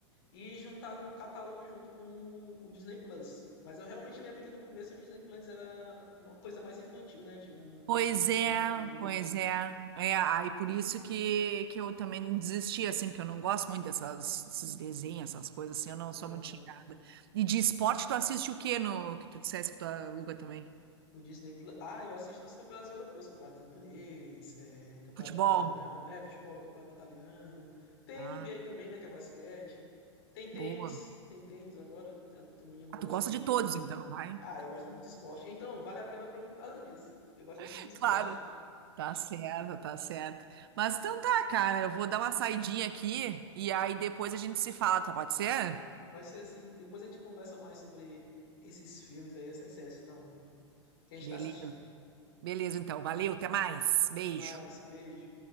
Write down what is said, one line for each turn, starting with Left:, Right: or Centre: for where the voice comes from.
Left: e juntaram um catálogo junto com o Disney Plus. Mas eu realmente lembro que no começo o Disney Plus era uma coisa mais infantil, né? Tinha um,
Right: Pois é,
Left: um outro público.
Right: pois é. É, aí por isso que, que eu também desisti, assim, porque eu não gosto muito dessas, desses desenhos, essas coisas, assim, eu não
Left: Aham.
Right: sou muito chegada. E de esporte, tu assiste o quê no que tu dissesse que tu aluga também?
Left: No Disney Plus. Ah, eu assisto os campeonatos europeus, campeonato inglês, é, campeonato
Right: Futebol?
Left: italiano, é, futebol, campeonato italiano. Tem
Right: Ah,
Left: NBA também, né, que é basquete. Tem tênis,
Right: boa.
Left: tem tênis agora. Tem um menino
Right: Ah,
Left: brasileiro
Right: tu gosta de
Left: que
Right: todos,
Left: tá.
Right: então, vai.
Left: Ah, eu gosto muito de esporte. Então, vale a pena pra mim por causa disso, que eu gosto
Right: <laughs>
Left: muito de esporte.
Right: Claro. Tá certo, tá certo. Mas então tá, cara, eu vou dar uma saidinha aqui e aí depois a gente se fala, tá? Pode ser?
Left: Pode ser assim, depois a gente conversa mais sobre esses filmes aí, essas séries que estão, que a gente
Right: Beleza.
Left: tá assistindo.
Right: Beleza, então. Valeu, até mais. Beijo.
Left: Até mais, beijo.